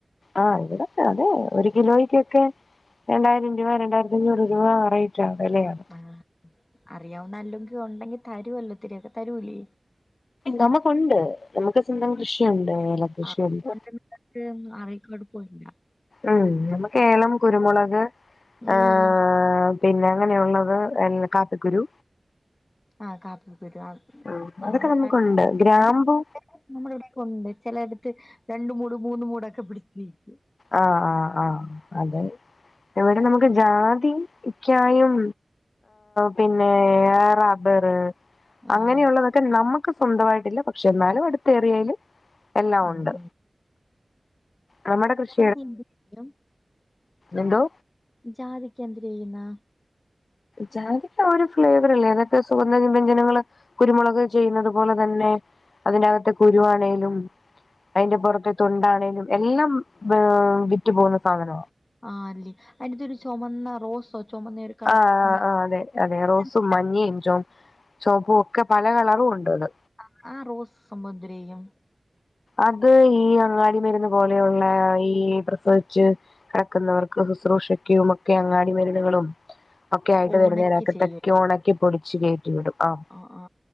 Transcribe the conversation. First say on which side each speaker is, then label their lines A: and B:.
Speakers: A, on the left; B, on the left.
A: ആഹ് ഇവിടൊക്കെ അതെ ഒരു കിലോയ്ക്കൊക്കെ രണ്ടായിരം രൂപ രണ്ടായിരത്തി അഞ്ഞൂറ് രൂപ അയി <unintelligible>
B: ആ അറിയാവുന്ന അല്ലുങ്കി ഉണ്ടെങ്കി തരുവല്ലോ ഇതിരിയൊക്കെ തരൂലേ
A: നമുക്കുണ്ട് നമുക്ക് സ്വന്തം കൃഷിയുണ്ട് ഏലകൃഷിയുണ്ട്
B: ആ <unintelligible> അറി <unintelligible>
A: ഉം നമ്മക്ക് ഏലം കുരുമുളക്
B: ഉം
A: ആ പിന്നെ അങ്ങനെയുള്ളത് എ കാപ്പിക്കുരു
B: ആഹ് കാപ്പ പ്പിക്കുരു
A: ഉം
B: നമ്മള
A: അതൊക്കെ നമുക്കുണ്ട് ഗ്രാമ്പു
B: കണ്ടി നമ്മള ഇവിടെ ഉണ്ട് ചിലടുത്ത് രണ്ട് മൂട് മൂന്ന് മൂടൊക്കെ <unintelligible>
A: ആഹ് ആഹ് ആഹ് അതെ ഇവിടെ നമുക്ക് ജാതിക്കായും പിന്നെ റബ്ബറ്
B: ആഹ്
A: അങ്ങനെയുള്ളതൊക്കെ നമുക്ക് സ്വന്തമായിട്ടില്ല പക്ഷെ എന്നാലും അടുത്ത ഏരിയയില് എല്ലാം
B: ഉം
A: ഉണ്ട്
B: ഉം
A: നമ്മുടെ കൃഷ
B: അതെന്ത് ചെയ്യും
A: എന്തോ
B: ജാതിക്ക് എന്തെ ചെയ്യുന്ന
A: ജാതിക്കാ ഒരു ഫ്ലേവർ അല്ലേ ഏതൊക്കെ സുഗന്ധ വ്യഞ്ജനങ്ങള് കുരുമുളക് ചെയ്യുന്നത് പോലെ തന്നെ അതിന്റെകത്തെ കുരുവാണെലും അതിന്റെ പുറത്തെ തൊണ്ട ആണെങ്കലും എല്ലാം ഏർ വിറ്റു പോകുന്ന സാധന
B: ആ അല്ലേ അതിന്ത്ത ഒരു ചുമന്ന റോസോ ചുമന്ന ഒരു കളർ
A: ആ
B: സംഭവം
A: ആ അതെ അതെ റോസും
B: അതെന്ത്
A: മഞ്ഞയും ചോ ചോപ്പും ഒക്കെ പല കളറും ഉണ്ട് അത്
B: ആ ആ റോസ് സമുദ്രയും
A: അത് ഈ അങ്ങാടി മരുന്ന് പോലെയുള്ള ഈ പ്രസവിച്ച് കിടക്കുന്നവർക്ക് ശുശ്രൂഷയ്ക്കു ഒക്കെ അങ്ങാടി മരുന്നുകളും ഒക്കെ ആയിട്ട്
B: ഓണക്ക
A: വരുന്നതിനകത്തൊക്കെ
B: ചെയ്യ <unintelligible>
A: ഉണക്കി പൊടിച്ച് കയറ്റി വിടും ആഹ്
B: ആ ആ